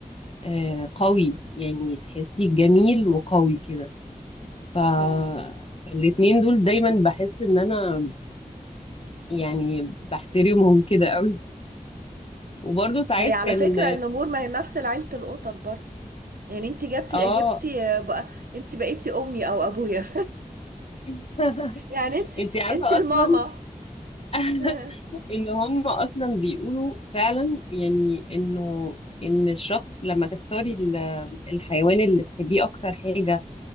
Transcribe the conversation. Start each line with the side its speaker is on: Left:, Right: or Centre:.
Left: آه، قوي يعني تحسيه جميل وقوي كده ف...
Right: مم.
Left: فالاتنين دول دايما بحس ان انا يعني بحترمهم كده قوي وبرضه ساعات
Right: هي على
Left: كان
Right: فكرة النمور ما هي نفس عيلة القطط برضه يعني انتي جبتي
Left: اه
Right: جبتي بقى انتي بقيتي امي او ابويا
Left: <laughs>
Right: <laughs> يعني انتي
Left: انتي عارفة
Right: انتي الماما
Left: اصلا <laughs>
Right: <laughs>
Left: ان هم اصلا بيقولوا فعلا يعني انه ان الشخص لما تختاري ال- الحيوان اللي تحبيه اكتر حاجة